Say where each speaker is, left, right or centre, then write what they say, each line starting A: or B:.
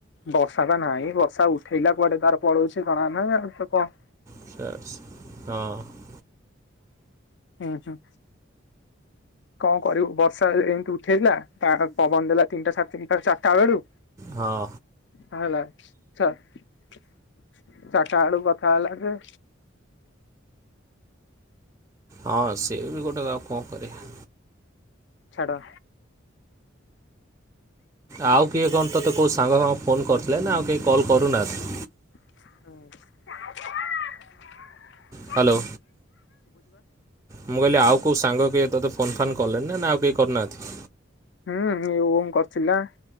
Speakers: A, on the left; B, on the right.
A: ବର୍ଷା ତ ନାହିଁ ବର୍ଷା ଉଠେଇଲା କୁଆଡେ ତାର ପଳଉଛି କଣା ନାହିଁ ଆଉ ତ କହ।
B: ହଁ।
A: ହୁଁ ହୁଁ। କଣ କରିବୁ ବର୍ଷା ଏମିତି ଉଠେଇଲା ପବନ ଦେଲା ତିନିଟା ସାତ ତିିଟା ଚାରିଟା ବେଳୁ।
B: ହଁ।
A: ହେଲା ଚାଟ ଆଳୁ କଥା ହେଲା ଯେ,
B: ହଁ ସେଏ ବି ଗୋଟେ ଗଉ କଣ କରିଆ।
A: ଛାଡ଼।
B: ଆଉ କିଏ କଣ ତୋତେ କୋଉ ସାଙ୍ଗ ସାଙ୍ଗ ଫୋନ କରିଥିଲେ ନା ଆଉ କେହି କଲ୍ କରୁନାହା।
A: ହୁଁ।
B: ହ୍ୟାଲୋ। ମୁଁ କହିଲି ଆଉ କୋଉ ସାଙ୍ଗ କିଏ ତୋତେ ଫୋନ ଫାନ୍ କଲେଣି ନା ନା ଆଉ କେହି କରିନାହାନ୍ତି।
A: ହୁଁ ଓମ୍ କରିଥିଲା।